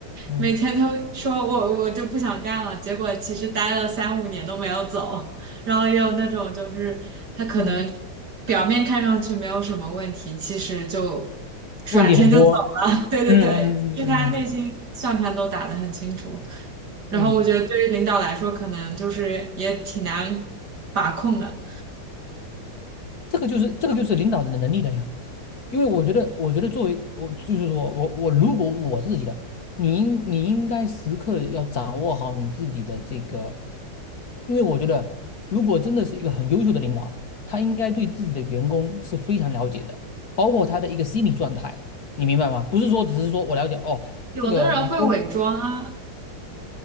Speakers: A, on the left; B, on the right.
A: 嗯
B: 每天都说我我就不想干了，结果其实待了三五年都没有走。然后也有那种就是他可能表面看上去没有什么问题，
A: 嗯，
B: 其实就转天就走了。
A: 问题很多。
B: <laughs> 对对对，
A: 嗯嗯嗯
B: 就是他内心算盘都打得很清楚。然后我觉得对于领导来说，
A: 嗯，嗯
B: 可能就是也挺难把控的。
A: 这个就是这个就是领导的能力的呀。因为我觉得，我觉得作为我就是我我我，如果我自己的，你应你应该时刻要掌握好你自己的这个，因为我觉得，如果真的是一个很优秀的领导，他应该对自己的员工是非常了解的，包括他的一个心理状态，你明白吗？不是说只是说我了解哦，
B: 有的人会伪装啊，
A: 这个员工，